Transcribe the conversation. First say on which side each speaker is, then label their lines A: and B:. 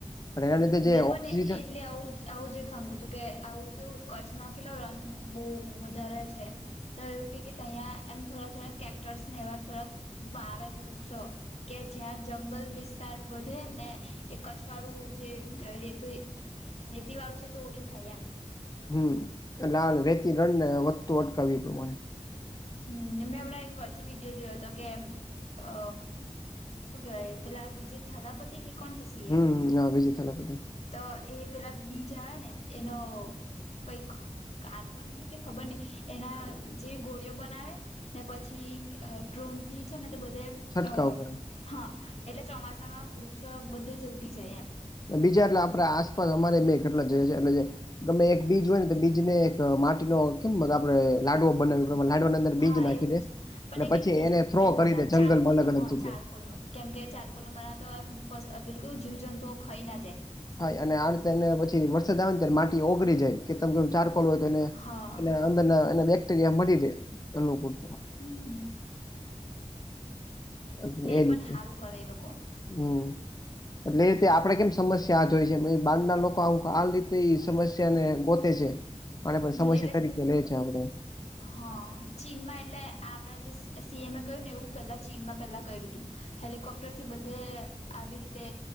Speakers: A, on the left; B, on the left.
A: પણ એના લીધે જે
B: મેં પણ
A: ઓક્સિજન
B: એટલે આવું આવું જ ખંભર્યું હતું કે આવું કેવું કચ્છમાં કેલો રન બહુ વધારે છે. તો એવું કે તહીંયા એમ થોડા થોડા કેક્ટર્સ ને એવા થોડાક વાવે વૃક્ષો કે જ્યાં જંગલ વિસ્તાર વધે ને એ કછવાડું જે રેતું રેતી વાળું છે તો ઓછું થાય એમ.
A: હમ્મ, એટલે આલ રેતી રણ ને વધતું અટકાવ એ પ્રમાણે.
B: હમ્મ, મેં હમણાં એક વચ્ચે વિડીયો જોયો હતો કે અ શું કેવાય પેલા આ વિજય થાલાપતિ કે કોણ છે સી
A: હમ
B: એમ?
A: હા બીજી તરફ હતી.
B: તો એ પેલા બીજ આવે ને એનો કઈ કાર્બન થી કે ખબર નહી એના જે ગોળીઓ બનાવે ને પછી ડ્રોન થી છે ને તે બધે
A: છંટકાવ
B: અ
A: કરે
B: હા એટલે ચોમાસામાં વૃક્ષો બધે જ ઉગી જાય એમ.
A: બીજા એટલે આપણે આસપાસ અમારે મેં કેટલા જગ્યા છે એટલે ગમે એક બીજ હોય ને તો બીજ ને એક માટીનો કેમ આપડે લાડુ બનાવી લાડુની અંદર
B: હા
A: બીજ નાખી
B: એવું
A: દે
B: જ પણ
A: અને
B: એક
A: પછી
B: કેક બીજું
A: એને થ્રો
B: કેતા
A: કરી
B: તા
A: દે જંગલમાં
B: ચારકોલ
A: અલગ
B: નો
A: અલગ
B: હા
A: જગ્યાએ
B: ચારકોલ નો. કેમ કે ચારકોલંબર તો આમ બસ અપીલ કુ જીવ જંતુઓ ખાઈ ના જાય.
A: ખાય અને આ રીતે એને પછી વરસાદ આવે ને માટી ઓગળ જાય કે તમ કે ચારકોલ હોય તો એને
B: હા
A: એ અંદરના એને બેક્ટેરિયા મળી જાય અનુકૂળ.
B: હમ
A: એટલે એ રીતે,
B: પણ સારું કરે એ લોકો
A: હમ્મ. એટલે એ રીતે આપડે કેમ સમસ્યા જ હોય છે બહાર ના લોકો આમ આ રીતે સમસ્યા તેને ગોતે છે અને પછ પણ
B: હમ
A: સમસ્યા
B: એટલે
A: તરીકે લે છે આપણે.
B: હા ચીનમાં એટલે આપણા જે સી એમ કર્યું ને એવું પેલા ચીનમાં પેલા કર્યું હતું. હેલિકોપ્ટર થી બધે આવી રીતે